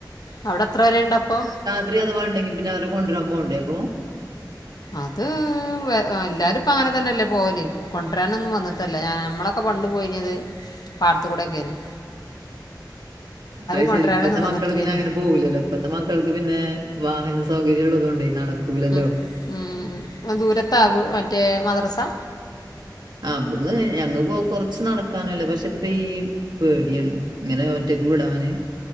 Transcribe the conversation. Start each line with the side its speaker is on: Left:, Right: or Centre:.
Left: അയുടെ എത്ര വെരെ ഇണ്ട് അപ്പം?
Right: ത്രി അഥവാ ഇണ്ടെങ്കി പിന്നെ അവരെ കൊണ്ട്രാ പോണ്ടെ അപ്പൊ?
Left: അത് വെ എല്ലാരും ഇപ്പ അങ്ങനെ തെന്നെ അല്ലെ പോവെൽ? കൊണ്ട്രാനൊന്നും വന്ന്ട്ട് അല്ല ഞാ നമ്മളൊ ക്കെ പണ്ട് പോയിനെത് പാട്ത്ത് കൂടെ ഒക്കെ അല്ലെ?
Right: അഹ്
Left: കൊണ്ടുവരാനൊന്നും
Right: ശരി ഇപ്പത്തെ മക്കെൾ
Left: വന്നിട്ടില്ലേനി
Right: പിന്നെ അങ്ങനെ പോവുലല്ലോ? ഇപ്പത്തെ മക്കെൾക്ക് പിന്നെ വാഹന സൗകര്യം ഇള്ളതോണ്ടെയ് നടക്കൂലല്ലോ?
Left: ഉം ഉം ഉം ഉം ദൂരത്താവും മറ്റെ മദ്റെസാ?
Right: ആഹ് ഇബെട്ന്ന് ഞങ്ങെക്കു കൊറ്ച്ച് നട്ക്കാനും അല്ല പക്ഷെ ഇപ്പ ഈ പേടിയാണ് ഇങ്ങനെ ഒറ്റെയ്ക്ക് വിടാന്